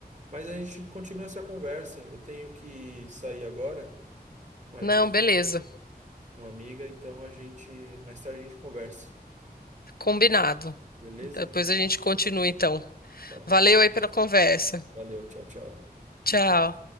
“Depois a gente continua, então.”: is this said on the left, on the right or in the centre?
Left